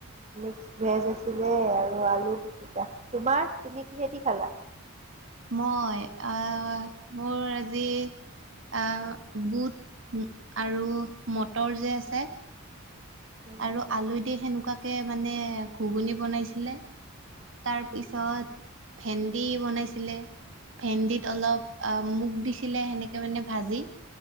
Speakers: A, on the right; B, on the right.
A: মিক্স ভেজ আছিলে, আৰু আলু পিটিকা। তোমাৰ তুমি কিহে দি খালা?
B: মই আ মোৰ আজি আ বুট আৰু মটৰ যে আছে
A: উম
B: আৰু আলু দি সেনেকোৱা কে মানে ঘুগুনি বনাইছিলে। তাৰপিছত ভেন্দি বনাইছিলে ভেন্দিত অলপ
A: উম
B: মুগ দিছিলে সেনেকে মানে ভাজি